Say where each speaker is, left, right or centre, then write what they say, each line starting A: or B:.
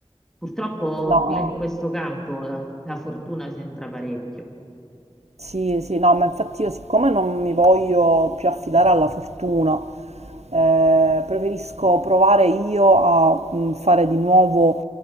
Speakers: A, in the centre; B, on the right.
A: Purtroppo
B: No.
A: pure in questo campo eh, la fortuna c'entra parecchio.
B: Sì, sì, no, ma infatti io siccome non mi voglio più affidare alla fortuna, eh, preferisco provare io a mm, fare di nuovo